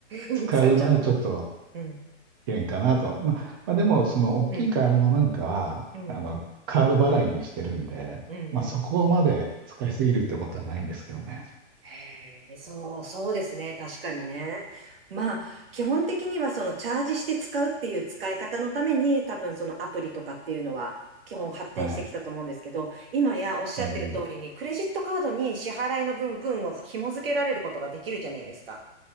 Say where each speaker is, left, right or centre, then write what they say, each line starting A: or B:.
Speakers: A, on the right; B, on the right.
A: う。
B: 使うのはちょっと
A: <laughs> 使っちゃう。うん、
B: 危険かなと。ま、まあ、でも、その大きい買い物なんかは、
A: うん、うん、
B: あの、カード払いにしてるんで、
A: うん、
B: まあ、
A: うん。
B: そこまで使いすぎるってことはないんですけどね。
A: へえ、そう、そうですね。確かにね。まあ、基本的にはそのチャージして使うっていう使い方のために、多分そのアプリとかっていうのは基本発展してきたと思うんですけど、
B: はい。
A: 今やおっしゃってる通りに、
B: えー
A: クレジットカードに支払いの分、分を紐付けられることができるじゃないですか。